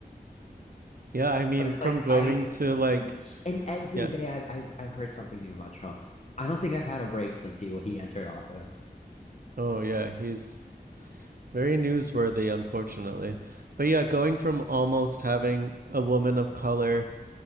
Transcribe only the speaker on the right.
Yeah, I mean,
from
going
to like,
yeah.
Oh, yeah, he's very newsworthy, unfortunately. But yeah, going from almost having a woman of color